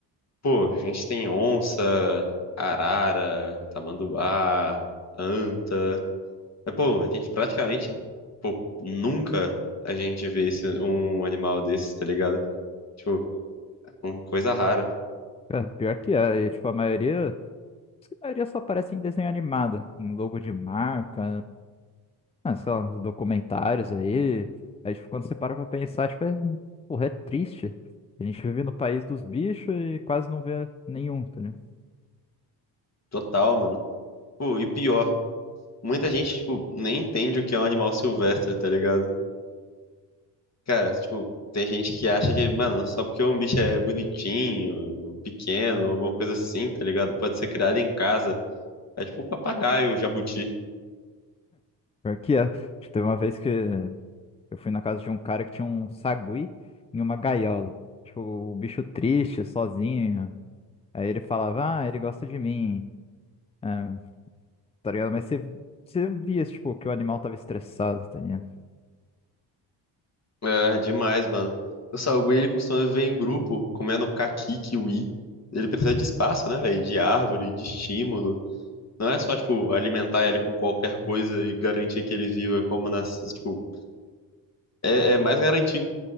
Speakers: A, on the left; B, on the left.
A: pô, a gente tem onça, arara, tamanduá, anta. Mas, pô, a gente praticamente, pô, nunca a gente vê esse... um animal desses, tá ligado? Tipo, uma coisa rara.
B: Cara, pior que é. E, tipo, a maioria... Acho que a maioria só aparece em desenho animado. Em logo de marca, Ah, sei lá, uns documentários aí. Aí, tipo, quando você para pra pensar, tipo, é, porra, é triste. A gente vive no país dos bichos e quase não vê nenhum, tá ligado?
A: Total, mano. Pô, e pior, muita gente, tipo, nem entende o que é um animal silvestre, tá ligado? Cara, tipo, tem gente que acha que, mano, só porque um bicho é bonitinho, pequeno, alguma coisa assim, tá ligado? Pode ser criado em casa. É tipo um papagaio, o jabuti.
B: Pior que é. Tipo, teve uma vez que eu fui na casa de um cara que tinha um sagui em uma gaiola. Tipo, o bicho triste, sozinho. Aí ele falava, ah, ele gosta de mim. Ah, tá ligado? Mas você, você via, tipo, que o animal tava estressado, tá ligado?
A: É, demais, mano. O salgueiro, ele costuma viver em grupo, comendo caqui, kiwi. Ele precisa de espaço, né, velho? De árvore, de estímulo. Não é só, tipo, alimentar ele com qualquer coisa e garantir que ele viva como nas, tipo, é é mais garantir